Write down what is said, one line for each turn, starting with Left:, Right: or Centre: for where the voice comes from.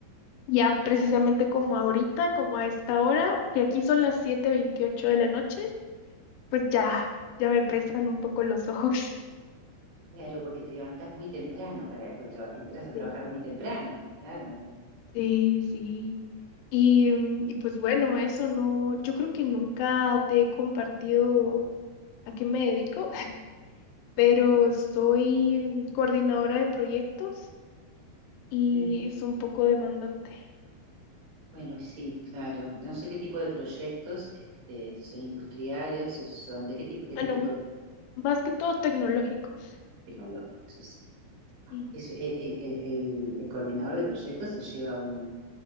Left: Ya precisamente como ahorita, como a esta hora, que aquí son las siete veintiocho de la noche, pues ya, ya me pesan un poco los <laughs> ojos.
Right: Claro, porque te levantás muy temprano, para, porque tra- entras a
Left: Sí,
Right: trabajar muy temprano, claro.
Left: sí. sí. Y, mm, y pues bueno, eso no, yo creo que nunca te he compartido a qué me dedico, <laughs> pero soy mm, coordinadora de proyectos y
Right: Mm,
Left: es un poco demandante.
Right: Bueno, sí, claro. No sé qué tipo de proyectos, este, si son industriales, si son, de qué tipo, de
Left: Bueno,
Right: qué tipo de
Left: más que todo tecnológicos.
Right: tecnológicos, sí, sí.
Left: Sí,
Right: es- el, el- el- el- el coordinador de proyectos se lleva un,